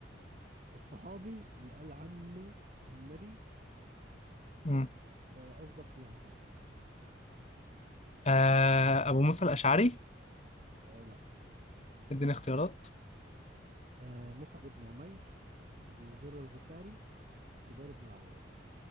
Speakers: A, on the right; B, on the left.
A: الصحابي اللي قال عنه النبي
B: مم.
A: آه، أصدق لهجة
B: آه أبو موسى الأشعري
A: آه لا
B: اديني اختيارات
A: آه مصعب بن عمير أبو ذر الغفاري زبير بن العوام